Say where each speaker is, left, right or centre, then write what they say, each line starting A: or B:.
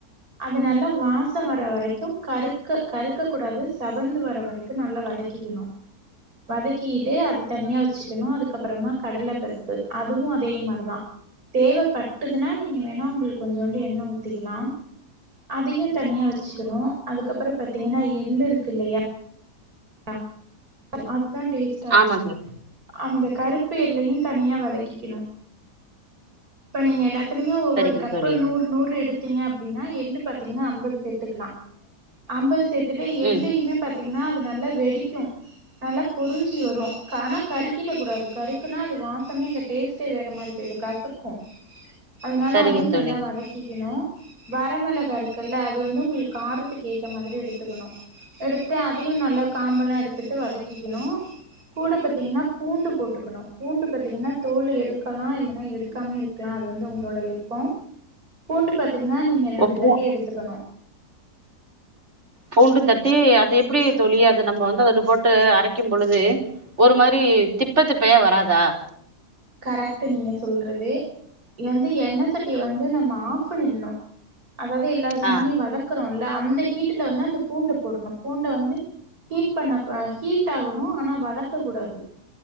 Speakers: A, on the right; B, on the right.
A: அது நல்லா வாசோ வர வரைக்கூ கருக்க கருக்க கூடாது ஸ் செவந்து வர வரைக்கூ நல்லா வதக்கிக்கணூ வதக்கிட்டு அது தனியா வச்சுக்கணூ அதுக்கப்றமா கடல பருப்பு அதுவூ அதே மாரிதா தேவைப்பட்டுதுன்னா நீங்க வேணா உங்களுக்கு கொஞ்சோண்டு எண்ணெ ஊத்திக்கலா அதையூ தனியா வச்சுக்கணூ அதுக்கப்றோ பாத்தீங்கன்னா எள் இருக் கில்லையா ஆ அதுதான் டேஸ்ட்டாருக்கூ
B: ஆமா தோழி
A: அந்த கருப்பு எள்ளையு தனியா வதக்கிக்கிணு இப்ப நீங்க எல்லா த்த நீங்க ஒவ்வொரு
B: சரிங்க
A: கப்பு
B: தோழி
A: நூறு நூறு எடுத்தீங்க அப்டின்னா ஏ ள்ளு பாத்தீங்கன்னா அம்பது சேத்துக்குலா அம்பது சேத் துட்டு எள்ளையுமே
B: ம்
A: பாத்தீ இன்னார் து நல்லா வெடிக்கு நல்லா பொரிஞ்சு வரு கானா கருக் தீட்டக்கூடாது கருக்குன்னா அது வா ப்பமே இந்த டேஸ்ட்டே வேற மாரி போயிடு கசக்கும் அதனால
B: சரிங்க
A: அதையு நல்லா
B: தோழி
A: வதக்கிக்கிணு வரமிளகா இருக்குல்ல அது வந்து உங்குளுக் காரத்துக்கு ஏத்த மாதிரி எடுத்துக்குணு எடுத்துட்டு அத் தையு நல்லா காம்பல்லா எடுத்துட்டு வதக்கிக்கிணு கூட பாத்தீங்கன்னா பூண்டுப் போட்டுக்குணு பூண்டு பாத்தீங்கன்னா தோல் எடுக்கலா இல்லன்னா எடுக்காம இருக்குலா அது வந்து உங்களோட விருப்போ பூண்டு பாத் த்தீங்கன்னா நீங்க ரெண்டு
B: ஓ பூ
A: தட்டி எடுத்துக்கணு
B: பூண்டு தட்டி அது எப்புடி தோழி அது நம்ப வந்து <unintelligible> போட்டு அரைக்கும் பொழுது ஒரு மாதிரி திப்ப திப்பையா வராதா
A: கரெக்ட்டு நீங்க சொல்றது இவந் து எண்ணெ சட்டிய வந்து நம்ம ஆஃப் பண்ணிட்ணு அதாவது எல்லா சாமானையும்
B: ஆ
A: வதக்குறோல் த அந்த ஹீட்டுல வந்து அந்த பூண்டு போடணும் பூண்ட வந்து ஹீட் பண்ண கு ஹீட் ஆகணும் ஆனா வதக்க கூடாது